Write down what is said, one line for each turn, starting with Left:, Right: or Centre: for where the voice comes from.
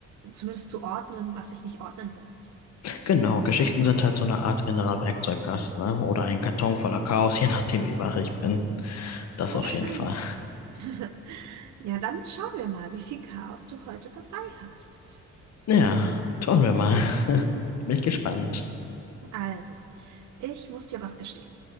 Right: zumindest zu ordnen, was sich nicht ordnen lässt.
Left: Genau, Geschichten sind halt so eine Art innerer Werkzeugkasten, ne? Oder ein Karton voller Chaos, <laughs> je nachdem, wie wach ich bin. Das
Right: Oh,
Left: auf
Right: schön.
Left: jeden Fall.
Right: <laughs> Ja, dann schauen wir mal, wie viel Chaos du heute dabei hast.
Left: Ja, tun wir mal. <laughs> Bin gespannt.
Right: Also, ich muss dir was gestehen.